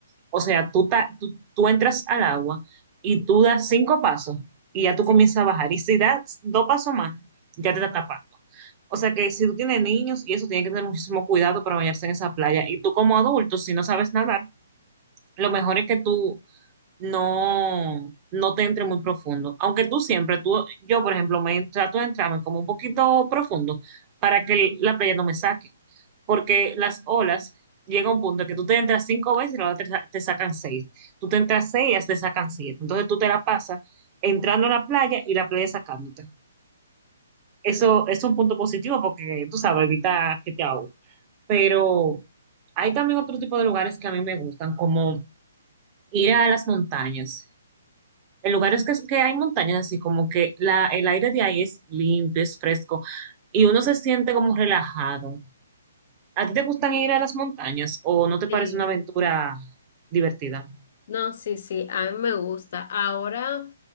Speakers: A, on the right; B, on the left.
A: O sea, tú, ta- tú, tú entras al agua y tú das cinco pasos y ya tú
B: Sí.
A: comienzas a bajar. Y si das dos pasos más, ya te está tapando. O sea que si tú tienes niños y eso, tienes que tener muchísimo cuidado para bañarse en esa playa. Y tú como adulto, si no sabes nadar, lo mejor es que tú no, no te entre muy profundo. Aunque tú siempre, tú, yo por ejemplo, me trato de entrarme como un poquito profundo para que el- la playa no me saque. Porque las olas llega un punto en que tú te entras cinco veces y las olas te, sa- te sacan seis. Tú te entras seis y ellas te sacan siete. Entonces tú te la pasas entrando a la playa y la playa sacándote. Eso es un punto positivo porque tú sabes, evita que te ahogues. Pero hay también otro tipo de lugares que a mí me gustan, como ir a las montañas. El lugar es que, que hay montañas, así como que la, el aire de ahí es limpio, es fresco y uno se siente como relajado. ¿A ti te gustan ir a las montañas o no te
B: Sí.
A: parece una aventura divertida?
B: No, sí, sí, a mí me gusta. Ahora